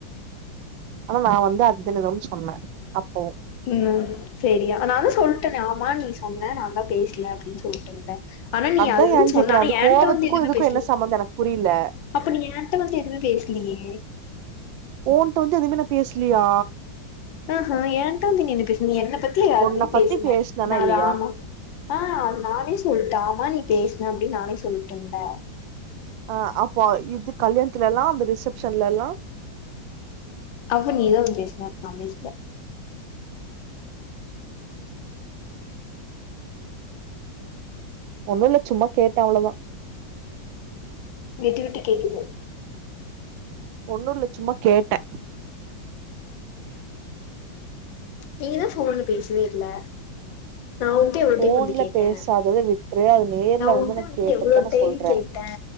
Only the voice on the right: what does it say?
ஆனா நா வந்து அதுதுன் எதோன் சொன்ன அப்போ
அதா
ஏன்னு
கேக்குறே
அது
கோவத்துக்கு
இதுக்கு
என்ன சம்மந்தோ எனக்கு புரியல
ஓன்ட்ட வந்து எதுமே நா பேஸ்லியா
உன்ன பத்தி
பேசுனனா
இல்லையா
ஆ அப்போ இது கல்யாண்த்துலலா அந்த ரிசப்ஷன்லலா
ஒன்னுல்ல சும்மா கேட்ட அவுளதா
ஒன்னுல்ல சும்மா கேட்ட
ஃபோன்ல
பேசாதத விட்ரு அது நேர்ல வந்து
நா கேட்டத
நா
சொல்ற